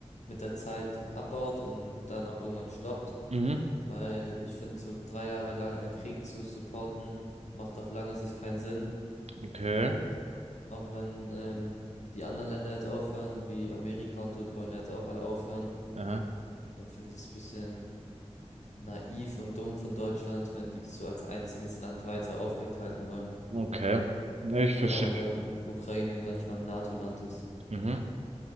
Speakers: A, on the left (about 80°); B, on the right (about 65°).
A: mit der Zeit abbaut und dann auch irgendwann stoppt,
B: Mhm.
A: weil ich finde, so drei Jahre lang einen Krieg zu supporten, macht auf lange Sicht keinen Sinn.
B: Okay.
A: Auch wenn ähm, die anderen Länder jetzt aufhören, wie Amerika und so, die wollen ja jetzt auch alle aufhören,
B: Aha.
A: dann finde ich es ein bisschen naiv und dumm von Deutschland, wenn die das so als einziges Land weiter aufrechthalten wollen.
B: Okay. Ja, ich verstehe.
A: Vor allem, weil Ukraine gar nicht mal ein NATO-Land ist.
B: Mhm.